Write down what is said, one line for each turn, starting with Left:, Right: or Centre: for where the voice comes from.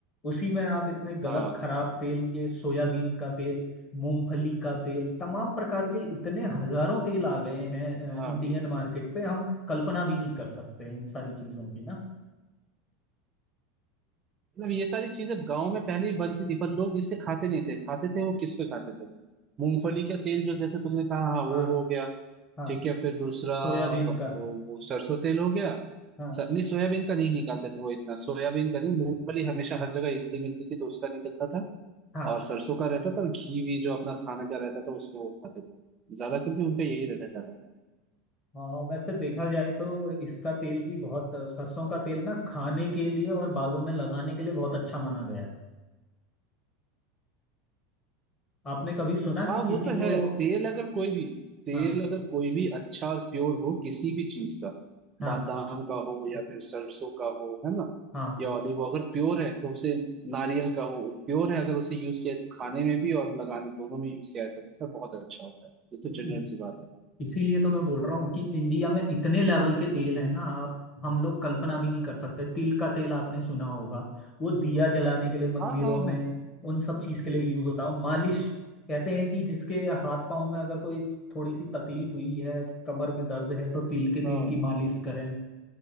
Left: उसी में आप इतने गलत
Right: हाँ
Left: खराब तेल ये सोयाबीन का तेल मूंगफली का तेल तमाम प्रकार के इतने हजारों तेल आ गए हैं
Right: हाँ
Left: इंडियन मार्केट पे हम कल्पना भी नहीं कर सकते हैं इन सारी चीजों की ना
Right: मतलब ये सारी चीजें गांव में पहले ही बनती थी पर लोग इसे खाते नहीं थे खाते थे वो किस पे खाते थे मूंगफली का तेल जो जैसे तुमने कहा हाँ वो
Left: हाँ
Right: हो गया
Left: हाँ
Right: ठीक है फिर दूसरा
Left: सोयाबीन
Right: वो,
Left: का
Right: वो सरसों तेल हो गया
Left: हाँ
Right: स-
Left: स-
Right: नहीं सोयाबीन का नहीं निकालते थे वो इतना सोयाबीन का नहीं मूंगफली हमेशा हर जगह इजली मिलती थी तो उसका निकलता था
Left: हाँ
Right: और सरसों का रहता था और घी भी जो अपना खाने का रहता था उसमें वो खाते थे ज्यादा करके उनपे यही रहता था
Left: हाँ वैसे देखा जाए तो इसका तेल भी बहुत अ, सरसों का तेल ना खाने के लिए और बालों में लगाने के लिए बहुत अच्छा माना गया है आपने कभी सुना
Right: हाँ
Left: कि
Right: वो
Left: किसी
Right: तो है
Left: को
Right: तेल अगर कोई भी तेल
Left: हाँ
Right: अगर कोई भी अच्छा और प्योर हो किसी भी चीज का
Left: हाँ
Right: बादाम का हो या फिर सरसों का हो है ना
Left: हाँ
Right: या ऑलिव अगर प्योर है तो उसे नारियल का हो प्योर है अगर उसे यूज किया जाए तो खाने में भी और लगाने दोनों में यूज किया जा सकता है बहुत अच्छा होता है ये तो जनरल
Left: इस
Right: सी बात है
Left: इसीलिए तो मैं बोल रहा हूँ कि इंडिया में इतने लेवल के तेल है ना आप हम लोग कल्पना भी नहीं कर सकते तिल का तेल आपने सुना होगा वो दिया जलाने के लिए मंदिरों
Right: हाँ हाँ
Left: में
Right: हाँ
Left: उन सब चीज के लिए यूज होता है और मालिश कहते हैं कि जिसके हाथ पांव में अगर कोई थोड़ी सी तकलीफ हुई है कमर में दर्द है तो तिल के तेल
Right: हाँ
Left: की मालिश करें